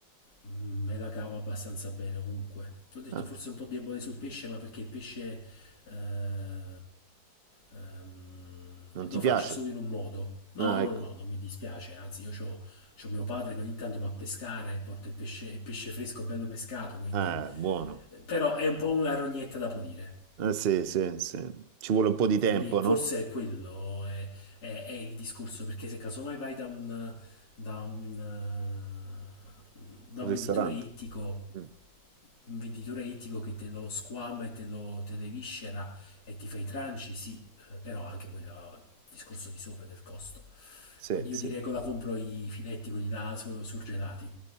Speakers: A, on the left (about 55°); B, on the right (about 70°).
A: me la cavo abbastanza bene ovunque. Ti ho detto
B: Ah,
A: forse un po' debole sul pesce, ma perché il pesce eh, ehm,
B: non
A: lo
B: ti piace?
A: faccio solo in un modo. No,
B: Ah,
A: no,
B: ecco.
A: no, non mi dispiace, anzi io c'ho, c'ho mio padre che ogni tanto va a pescare e porta il pesce, il pesce fresco bello pescato, quindi...
B: Eh, buono.
A: eh, Però è un po' una rognetta da pulire.
B: Eh, sì, sì, sì. Ci vuole un po' di tempo,
A: Quindi
B: no?
A: forse è quello, è, è- è il discorso, perché se casomai vai da un, da un, eh, da
B: Un
A: un
B: ristorante.
A: venditore ittico,
B: Mm.
A: un venditore ittico che te lo squama e te lo, te le viscera e ti fa i tranci, sì, eh, però anche quello è il discorso di sopra del costo.
B: Sì,
A: Quindi io
B: sì.
A: di regola compro i filetti, quelli là su- surgelati.